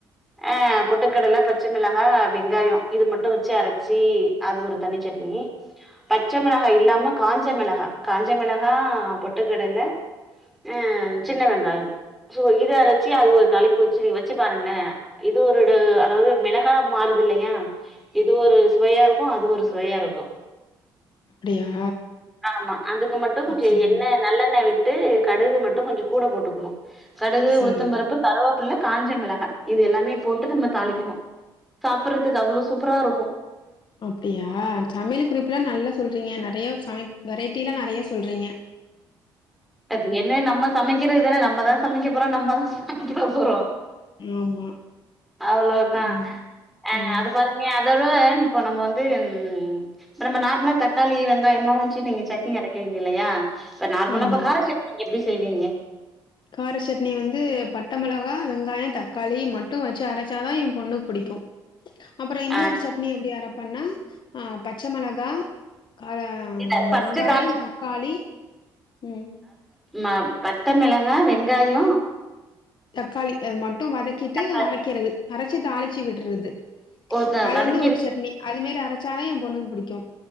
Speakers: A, in the centre; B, on the left (about 55°).
A: அ பொட்டுக்கடல பச்ச மிளகா வெங்காயோ இது மட்டு வச்சு அரச்சி அது ஒரு தண்ணி சட்னி பச்ச மிளகா இல்லாம காஞ்ச மிளகா காஞ்ச மிளகா பொட்டுக்கடல அ சின்ன வெங்காயம் சோ இது அரச்சி அது ஒரு தாளிப்பூச்சு நீங்க வச்சு பாருங்ளே இது ஒருட அதாவது மிளகா மாறுது இல்லையா இது ஒரு சுவையாருக்கு அது ஒரு சுவையாருக்கு
B: அப்டியா
A: ஆமா அதுக்கு மட்டு கொஞ்சோ
B: சரிம்மா,
A: எண்ணெ நல்லெண்ணெ விட்டு கடுகு மட்டு கொஞ்சோ கூட போட்டுக்குணு கடுகு
B: சரிம்மா.
A: உளுத்தம்பருப்பு கருவேப்புள்ள காஞ்சமிளகா இது எல்லாமே போட்டு நம்ம தாளிக்குணு சாப்பிர்றதுக்கு அவ்ளோ சூப்பராருக்கு
B: அப்டியா சமையல் குறிப்புலா நல்லா சொல்றீங்க நெறையா சாய்ம் வெரைட்டிலா நெறைய சொல்றீங்க
A: அது என்ன நம்ம சமைக்கிறதுதானே நம்மதா சமைக்க போறோ நம்மதா சாப்ட போறோ
B: ஆமா,
A: அவ்ளோதா
B: ஆமா.
A: ஆ
B: ம்.
A: அது பாரு நீ அதோட இப்போ நம்ம வந்து ம் நம்ம நார்மலா தக்காளி வெங்காயம்லா வச்சு நீங்க சட்னி அரைக்கிறீங்க இல்லையா இப்ப நார்மலா
B: ஆமா.
A: இப்ப கார சட்னி நீங்க எப்டி செய்வீங்க
B: கார சட்னி வந்து பட்ட மெளகா வெங்காயந் தக்காளி மட்டு வச்சு அரச்சாதா எம் பொண்ணுக் புடிக்கு அப்றோ இன்னொரு
A: ஆ
B: சட்னி எப்டி அரப்பன்னா அ பச்ச மெளகா காரெங்
A: இல்ல ஃபர்ஸ்ட்
B: வெங்காயந்
A: கார சட்னி
B: தக்காளி ம்
A: மாப் பத்த மெளகா வெங்காயோ
B: தக்காளி அத மட்டு வதக்கிட்டு
A: தக்காளி
B: அரைக்கிறது அரச்சி தாளிச்சி விட்றது
A: ஓ த
B: அது
A: வதக்கிரு
B: வந்து ஒரு சட்னி அது மேரி அரச்சாதா எம் பொண்ணுக்கு புடிக்கு